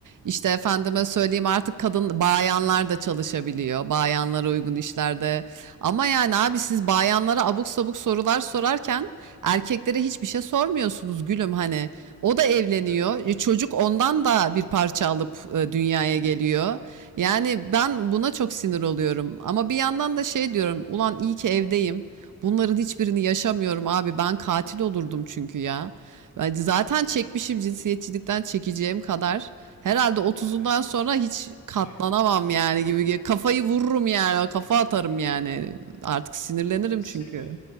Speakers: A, on the right (about 85°); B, on the left (about 80°).
A: İşte efendime söyleyeyim artık kadın bayanlar da çalışabiliyor. Bayanlara uygun işlerde. Ama yani abi siz bayanlara abuk sabuk sorular sorarken erkeklere hiçbir şey sormuyorsunuz gülüm hani. O da evleniyor.
B: Evet,
A: E, Çocuk ondan da bir parça alıp e, dünyaya geliyor. Yani ben buna çok sinir oluyorum. Ama bir yandan da şey diyorum. Ulan iyi ki evdeyim. Bunların hiçbirini yaşamıyorum abi. Ben katil olurdum çünkü ya. Ben zaten çekmişim cinsiyetçilikten çekeceğim kadar. Herhalde otuzundan
B: evet.
A: sonra hiç katlanamam
B: <laughs>
A: yani gibi. Kafayı vururum yani. Kafa atarım yani. Artık sinirlenirim
B: Şeyle
A: çünkü.